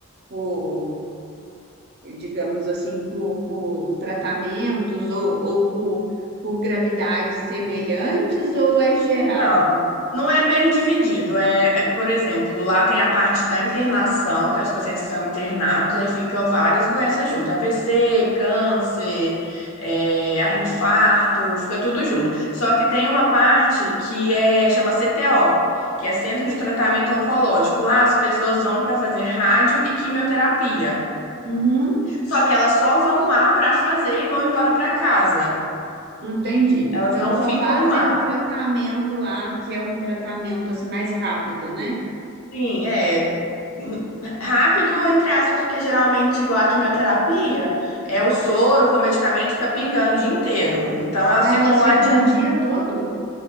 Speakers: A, on the right (about 50°); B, on the left (about 80°).
A: por, digamos assim, por, por tratamentos ou, ou por, por gravidades semelhantes ou é geral?
B: Então, não é bem dividido. É, é, por exemplo, lá tem a parte da internação, que é os pacientes que são internados, aí ficam várias doenças juntas, AVC, câncer, é, infarto, fica tudo junto. Só que tem uma parte que é chama CTO. Que é Centro de Tratamento Oncológico. Lá as pessoas vão para fazer rádio e quimioterapia.
A: Uhum,
B: Só que elas só vão lá para fazer e vão embora para casa.
A: entendi.
B: Elas
A: Então
B: não
A: só
B: ficam
A: fazem
B: lá.
A: o tratamento lá, que é um tratamento assim mais rápido, né?
B: Sim, é n- rápido, entre aspas, porque geralmente, igual a quimioterapia, é o soro com o medicamento fica pingando o dia inteiro. Então elas
A: Ah,
B: ficam
A: elas
B: lá
A: ficam
B: de,
A: o dia todo?